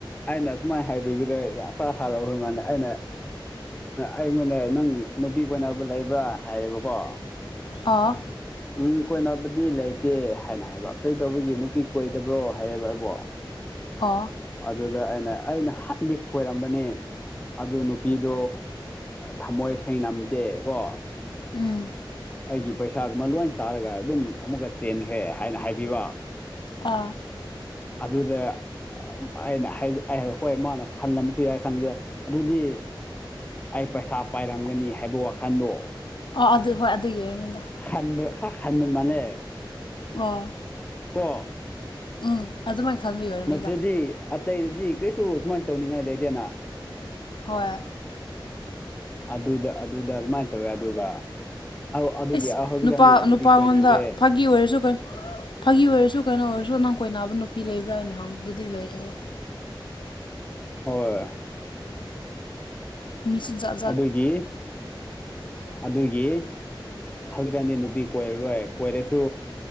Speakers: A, on the left; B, on the left.
A: ꯑꯩꯅ ꯁꯨꯃꯥꯏꯅ ꯍꯥꯏꯕꯤꯕꯗ ꯑꯁꯥ ꯍꯔꯥꯎꯈ꯭ꯔ ꯃꯥꯜꯅꯦ ꯑꯩꯅ ꯑꯩꯉꯣꯟꯗ ꯅꯪ ꯅꯨꯄꯤ ꯀꯣꯟꯅꯕ ꯂꯩꯕ꯭ꯔꯥ ꯍꯥꯏꯌꯦꯕꯀꯣ
B: ꯑꯥ
A: ꯎꯝ ꯀꯣꯏꯅꯕꯗꯤ ꯂꯩꯇꯦ ꯍꯥꯏꯅ ꯍꯥꯏꯕ ꯀꯔꯤꯗꯧꯕꯒꯤ ꯅꯨꯄꯤ ꯀꯣꯏꯗꯕ꯭ꯔꯣ ꯍꯥꯏꯌꯦꯕ ꯑꯩꯕꯣ
B: ꯑꯣ
A: ꯑꯗꯨꯗ ꯑꯩꯅ ꯑꯩꯅ ꯍꯟꯗꯤ ꯀꯣꯏꯔꯝꯕꯅꯦ ꯑꯗꯨ ꯅꯨꯄꯤꯗꯣ ꯊꯃꯣꯏ ꯁꯦꯡꯉꯝꯗꯦ ꯀꯣ
B: ꯎꯝ
A: ꯑꯩꯒꯤ ꯄꯩꯁꯥꯒꯨꯝꯕ ꯂꯣꯏ ꯆꯥꯔꯒ ꯑꯗꯨꯝ ꯑꯃꯨꯛꯀ ꯆꯦꯟꯈ꯭ꯔꯦ ꯍꯥꯏꯅ ꯍꯥꯏꯕꯤꯕ
B: ꯑꯥ
A: ꯑꯗꯨꯗ ꯑꯩꯅ ꯍꯥꯏ ꯍꯣꯏ ꯃꯥꯅ ꯈꯜꯂꯝꯕꯁꯨ ꯌꯥꯏ ꯈꯟꯕꯁꯨꯏ ꯑꯗꯨꯗꯤ ꯑꯩ ꯄꯩꯁꯥ ꯄꯥꯏꯔꯝꯒꯅꯤ ꯍꯥꯏꯕ ꯋꯥꯈꯟꯗꯣ
B: ꯑꯣ ꯑꯗꯨ ꯍꯣꯏ ꯑꯗꯨꯒꯤ ꯑꯣꯏꯔꯝꯒꯅꯤꯗ
A: ꯈꯟꯕ ꯈꯔ ꯈꯥꯟꯕ ꯃꯅꯦ
B: ꯑꯣ
A: ꯀꯣ
B: ꯎꯝ ꯑꯗꯨꯃꯥꯏꯅ ꯈꯟꯕꯒꯤ ꯑꯣꯏꯔꯝꯅꯤꯗ
A: ꯅꯠꯇ꯭ꯔꯗꯤ ꯑꯇꯩꯗꯗꯤ ꯀꯩꯁꯨ ꯁꯨꯃꯥꯏꯟ ꯇꯧꯅꯤꯡꯉꯥꯏ ꯂꯩꯇꯦꯅ
B: ꯍꯣꯏ
A: ꯑꯗꯨꯗ ꯑꯗꯨꯗ ꯑꯗꯨꯃꯥꯏꯟ ꯇꯧꯋꯦ ꯑꯗꯨꯒ ꯑꯗꯨꯒꯤ
B: ꯏꯁ
A: ꯍꯧꯖꯤꯛꯀꯥꯟꯗꯤ
B: ꯅꯨꯄꯥ
A: ꯅꯨꯄꯤ
B: ꯅꯨꯄꯥꯉꯣꯟꯗ
A: ꯀꯣꯏꯅꯤꯡꯗ꯭ꯔꯦ
B: ꯐꯥꯒꯤ ꯑꯣꯏꯔꯁꯨ <unintelligible> ꯐꯥꯒꯤ ꯑꯣꯏꯔꯁꯨ ꯀꯩꯅꯣ ꯑꯣꯏꯔꯁꯨ ꯅꯪ ꯀꯣꯏꯅꯥꯕ ꯅꯨꯄꯤ ꯂꯩꯕ꯭ꯔꯥ ꯍꯥꯏꯅ ꯍꯪꯕꯗꯨꯗꯤ ꯂꯣꯏꯔꯦꯍꯦ
A: ꯍꯣꯏ
B: ꯃꯤꯁꯤꯡ <unintelligible>
A: ꯑꯗꯨꯒꯤ ꯑꯗꯨꯒꯤ ꯍꯧꯖꯤꯛꯀꯥꯟꯗꯤ ꯅꯨꯄꯤ ꯀꯣꯏꯔꯔꯣꯏ ꯀꯣꯏꯔꯁꯨ